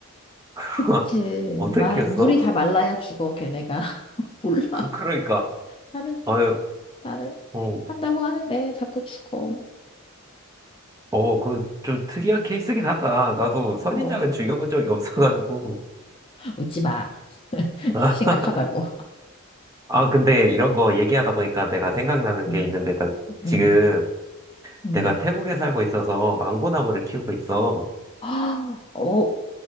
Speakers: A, on the right; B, on the left.
A: <laughs>
B: 그치.
A: 어떻게
B: 말,
A: 키웠어?
B: 물이 다 말라야 죽어, 걔네가. <laughs> 몰라.
A: 그, 그러니까,
B: 나는,
A: 아유,
B: 나는
A: 어,
B: 한다고 하는데 자꾸 죽어.
A: 어, 그 좀 특이한 케이스긴 하다. 나도 선인장은
B: 어.
A: 죽여본 적이 없어가지고.
B: 웃지 마. <laughs>
A: 아,
B: 심각하다고.
A: 아, 근데 이런 거 얘기하다 보니까 내가 생각나는
B: 음,
A: 게 있는데, 난 지금
B: 음, 음.
A: 내가 태국에 살고 있어서 망고나무를 키우고 있어.
B: <gasps> 아, 어,